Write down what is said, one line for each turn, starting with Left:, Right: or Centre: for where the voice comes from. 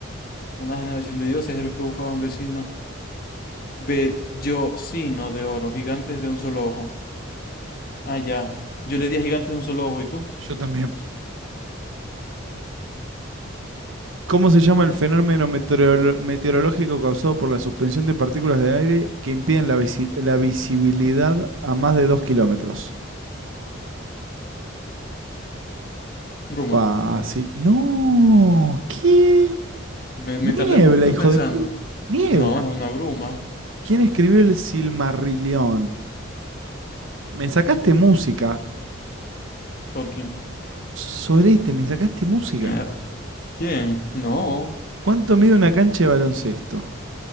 Left: una generación de dioses, héroes que buscaban vecinos, bellocino de oro, gigantes de un solo ojo. Ah, ya. Yo le di a gigantes de un solo ojo, ¿y tú?
Right: Yo también. ¿Cómo se llama el fenómeno meteorolo- meteorológico causado por la suspensión de partículas de aire que impiden la, visi- la visibilidad a más de dos kilómetros?
Left: Bruma.
Right: Fácil. No, ¿qué?
Left: Me, me
Right: Niebla,
Left: tardé un poquito
Right: hijo
Left: pensando.
Right: de pu... Niebla.
Left: No, es una bruma,
Right: ¿Quién escribió el Silmarillion? Me sacaste música.
Left: Tolkien.
Right: Sorete, me sacaste música.
Left: <laughs> ¿Quién? No.
Right: ¿Cuánto mide una cancha de baloncesto?